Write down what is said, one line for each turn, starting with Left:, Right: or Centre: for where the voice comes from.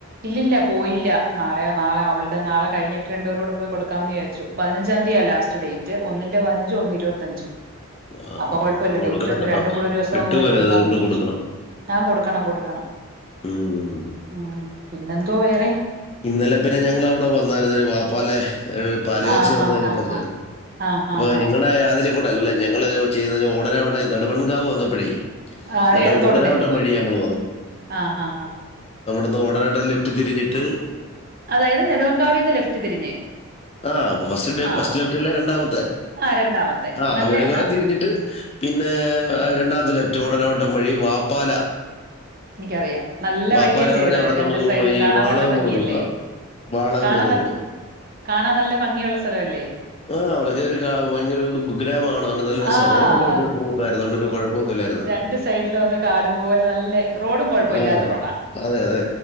Right: ഇല്ലില്ലാ പോയില്ല നാളെയോ നാളെ അവളുടെ നാളെ കഴിഞ്ഞിട്ട് രണ്ടുപേരും കൂടെ പോയി കൊടുക്കാമന്ന് വിചാരിച്ചു പതിനഞ്ചാം തീയതിയ ലാസ്റ്റ് ഡേറ്റ് ഒന്നിന്റെ പതിനഞ്ചും ഒന്ന് ഇരുപത്തഞ്ചും
Left: ആ ആ,
Right: അപ്പൊ കൊഴപ്പമില്ല
Left: ആ. അത്
Right: ഡേറ്റ്
Left: കൊടുക്കണം
Right: ഉണ്ട്
Left: കേട്ടോ
Right: രണ്ടും കൂടി ഒരു ദിവസം
Left: വിട്ടുപോരുത്
Right: അങ്ങ് പോയി കൊടുക്കാന്ന്
Left: അതുകൊണ്ട്
Right: വിചാരിച്ചു
Left: കൊടുക്കണം
Right: ആ കൊടുക്കണം കൊടുക്കണം
Left: ഉം.
Right: ഉ പിന്നെന്തുവാ വേറെ
Left: ഇന്നലെ പിന്നെ ഞങ്ങള് അവിടെ വന്നായിരുന്നു വാപ്പാലെ ഒരു പാലുകാച്ചി
Right: ആ ഹാ
Left: വന്ന കാര്യം
Right: ഹാ
Left: പറഞ്ഞിരുന്നു
Right: ഹാ. ആ ഹാ
Left: അപ്പൊ
Right: ഹാ.
Left: നിങ്ങളുടെ അതിലു ലൂടെ അല്ല ഞങ്ങള് ചെയ്ത ഓടനവട്ട നെടുമൺകാവ് വന്നപ്പോഴേ
Right: ആ
Left: എന്നിട്ട്
Right: ഇടത്തോട്ട്
Left: ഓടനാവട്ടം
Right: തിരിഞ്ഞു പോയി
Left: വഴി നമ്മൾ
Right: ആഹ ഹ ഹ
Left: അന്ന് ഓടനവട്ടം ലെഫ്റ്റ് തിരിഞ്ഞിട്ട്
Right: അതായത് നെടുവങ്കാവിന്ന് ലെഫ്റ്റ് തിരിഞ്ഞ്.
Left: ആ ഫസ്റ്റ് ഡേ
Right: ആ
Left: ഫസ്റ്റ് ലെഫ്റ്റ് അല്ലേ രണ്ടാമത്തെ
Right: ആ രണ്ടാമത്തെ.
Left: ആ
Right: നല്ല
Left: വടുങ്കാ
Right: ന
Left: വും തിരിഞ്ഞിട്ട് പിന്നെ രണ്ടാമത്തെ ലെഫ്റ്റ് ഓടനാവട്ടം വഴി വാപ്പാല
Right: എനിക്കറിയാം നല്ല
Left: വാപ്പാല
Right: വഴിയല്ലേ
Left: എന്ന് പറഞ്ഞാൽ
Right: അത്
Left: അവിടെ
Right: രണ്ടു
Left: നമുക്ക്
Right: സൈഡും
Left: ഈ
Right: കാണാൻ
Left: വാളകം
Right: നല്ല ഭംഗിയല്ലേ
Left: വന്ന റൂട്ടാ വാളകം
Right: കാണാൻ
Left: പോകുന്ന റൂട്ട്
Right: കാണാൻ നല്ല ഭംഗിയള്ള സ്ഥലം അല്ലേ
Left: ആ അവിടെയൊക്കെ ഒരു കാ- ഭയങ്കര ഒരു കുഗ്രാമമാണ് അതുകൊണ്ട് നല്ല രസമാണ്
Right: ആഹ
Left: റോഡൊക്കെ പക്ഷേ സ്മൂത്ത് ആയിരുന്നു അതുകൊണ്ട് ഒരു കുഴപ്പമൊന്നും ഇല്ലായിരുന്നു
Right: രണ്ട് സൈഡിലും അങ്ങ് കാടുപോലെ നല്ല റോഡ് കുഴപ്പമില്ലാത്ത
Left: ആ
Right: റോഡാ
Left: അതെ അതെ